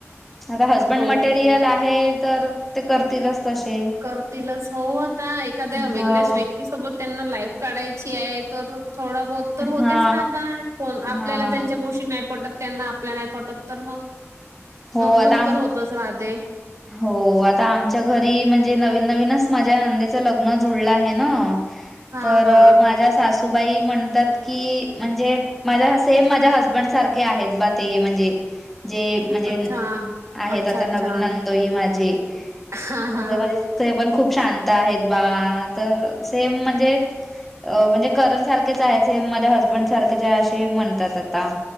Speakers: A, in the centre; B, on the right (about 75°).
A: खरं हजबंड
B: हो
A: मटेरियल आहे तर, ते करतीलच तशे
B: करतीलच हो आता, एखाद्या
A: हो
B: वेगळ्याच व्यक्ती त सोबत त्यांना लाईफ काढायची आहे, तर थोडा बहुत तर होतेच
A: हा
B: ना आता, आपल्याला
A: हा
B: त्यांच्या गोष्टी नाही पटत त्यांना, आपल्या नाही पटत, तर मग
A: हो
B: नक झूक
A: आता
B: तर होतच राहते.
A: हो, आता आमच्या घरी म्हणजे नवीन नवीनच माझ्या नंदेचं लग्न जुळलं आहे ना
B: हा
A: तर
B: हा
A: माझ्या सासूबाई म्हणतात की, म्हणजे माझ्या सेम माझ्या हजबंड सारखे आहेत, बा ते म्हणजे जे म्हणजे,
B: अच्छा
A: आहेत
B: अच्छा
A: आता
B: अच्छा
A: नवीन नंदो ही माझे,
B: हा
A: तस
B: हा
A: म्हणजे ते पण खूप शांत आहेत बा, तर सेम म्हणजे म्हणजे करण सारखेच आहेत, माझ्या हसबंड सारखेच आहेत, असे म्हणतात आता.